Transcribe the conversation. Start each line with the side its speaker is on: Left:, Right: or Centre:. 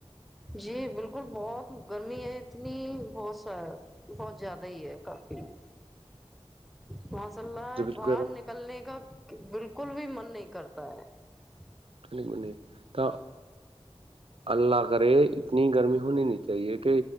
Centre: جی بالکل بہت گرمی ہے اتنی بہت س بہت زیادہ ہی ہے کافی میں ماشاء اللہ
Right: جب
Centre: ہے
Right: تو
Centre: باہر
Right: کہہ رہا
Centre: نکلنے کا بالکل بھی من نہیں کرتا پ
Right: کیک منی تو اللہ کرے اتنی گرمی ہونی نہیں چاہیے کہ